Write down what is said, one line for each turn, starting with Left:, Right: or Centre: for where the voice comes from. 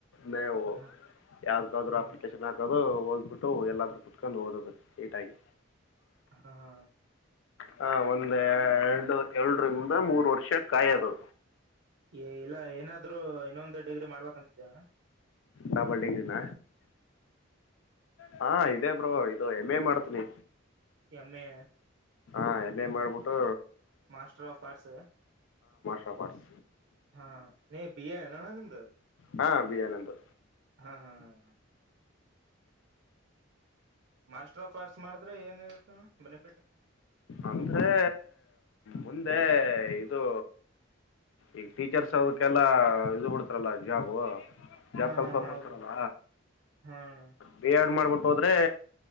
Left: ನವು
Right: ಹಾ
Left: ಯಾವ್ಡ್ಕಾದ್ರು
Right: ಹ್ಮ್
Left: ಅಪ್ಲಿಕೇಶನ್ ಹಾಕ ಹ ಹೋಗ್ಬಿಟ್ಟು ಎಲ್ಲಾದ್ರೂ ಕುೂತ್ಕೊಂಡು ಓದದ ನೀಟಾಗಿ.
Right: ಹಾ ಹಾ
Left: ಹ ಒಂದ ಎರಡು ಎರಡರಿಂದ ಮೂರ್ ವರ್ಷ ಕಾಯದು.
Right: ಏ ಇಲ್ಲ ಏನಾದ್ರರು ಇನ್ನೊಂದು ಡಿಗ್ರಿ ಮಾಡ್ಬೇಕಂತಿದ್ದೇ
Left: ಡಬ್ಬಲ್ ಡಿಗ್ರೀನ ಹಾ ಇದೇ ಬ್ರೋ ಇದು ಎಮ್ ಎ ಮಾಡ್ತನಿ.
Right: ಎಂ ಎ
Left: ಹಾ ಎಂ ಎ ಮಾಡ್ಬಿಟ್ಟು
Right: ಮಾಸ್ಟರ್ ಆಫ್ ಆರ್ಟ್ಸ್
Left: ಪ್ರಕಡ್ಸ್
Right: ಹಾ ನೀ ಬಿಎ ಅನನ ನಿಂದು.
Left: ಹಾ ಬಿಎ ನಂದು.
Right: ಹಾ ಹಾ ಹಾ ಮಾಸ್ಟರ್ ಆಫ್ ಆರ್ಟ್ಸ್ ಮಾಡಿದ್ರೆ ಏನ ಇರುತ್ತೆ ಅಣ ಬೆನಿಫಿಟ್.
Left: ಅಂದರೆ ಮುಂದೆ ಇದು ಈಗ ಟೀಚರ್ಸ್ ಅದಕ್ಕೆಲ್ಲಾ ಇದು ಬಿಡ್ತರಲ ಜಾಬು ಜಾಬ್
Right: ಹಾ
Left: ಕಾಲ್
Right: ಹಾ
Left: ಫಾರ್ಮ್ ಮಾಡ್ತರಲ
Right: ಹೌದು ಹಾ ಅಣ್ಣ
Left: ಬಿ ಆಡ್ ಮಾಡ್ಬಿಟ್ ಹೋದ್ರೆ